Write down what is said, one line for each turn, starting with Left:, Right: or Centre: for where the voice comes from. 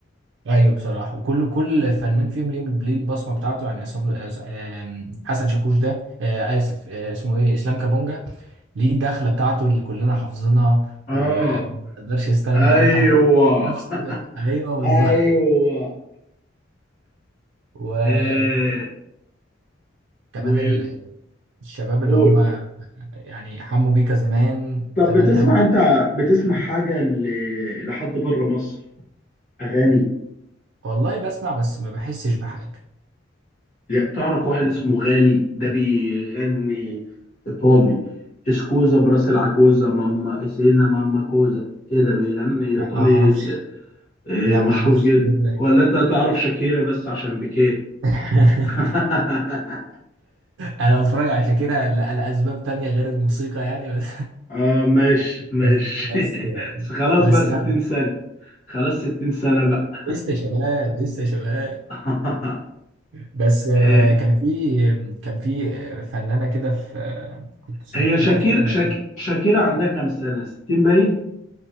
Right: ايوه بصراحه وكل كل فنان فيهم ليه ليه البصمه بتاعته يعني عصام- آه، حسن شاكوش ده آه، اسف آه، اسمه ايه اسلام كابونجا ليه الدخلة بتاعته اللي كلنا حافظينها
Left: اه
Right: ومقدرش يستغنى
Left: ايوه
Right: عنها نفس
Left: <laughs>
Right: ايوه بالظبط
Left: ايوه
Right: وكمان
Left: آه و
Right: ال- الشباب
Left: قول
Right: اللي هم يعني حموا بيكا زمان
Left: طب
Right: زمان
Left: بتسمع
Right: قوي
Left: انت بتسمع حاجه ل... لحد بره مصر اغاني
Right: والله بسمع بس ما بحسش بحاجة
Left: لا تعرف واحد اسمه غالي ده بيغني ايطالي اسكوزا براس العكوزا ماما اسينا ماما كوزا كده بيغني ايطالي
Right: لا ما اعرفش
Left: ده- آه،
Right: لا
Left: مشهور
Right: ما اعرفش
Left: جدا
Right: التون ده
Left: ولا انت تعرف شاكيرا بس عشان بيكيه
Right: <laughs>
Left: <laughs>
Right: انا بتفرج على شاكيرا ل- لاسباب تانية غير الموسيقى يعني بس
Left: اه ماشي
Right: <laughs>
Left: ماشي
Right: بس بس
Left: <laughs> بس خلاص
Right: بس
Left: بقى 60
Right: لا
Left: سنة خلاص 60 سنة بقى
Right: لسه شباب لسه شباب
Left: <laughs>
Right: بس آه،
Left: آه،
Right: كان في كان في فنانة كده في آه، كنت سمعت
Left: هي شاكير
Right: لها كذا
Left: شاك... شاكيرة عندها كام سنة 60 باين